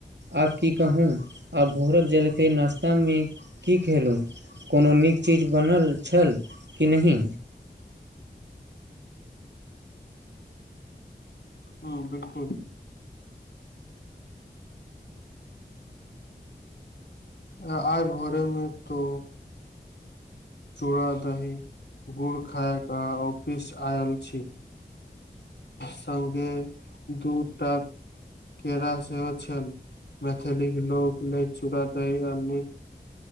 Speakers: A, on the right; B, on the left.
A: आब की कहूँ आब भोरक जलखै नश्तामे की खेलु कोनो नीक चीज बनल छल कि नहि
B: हँ बिलकुल य भोरेमे तो चूड़ा दही गुड़ खायके ऑफिस आयल छी सगे दुटा केरा सेहो छल। मैथिलीक लोक नहि चूड़ा दही आब नी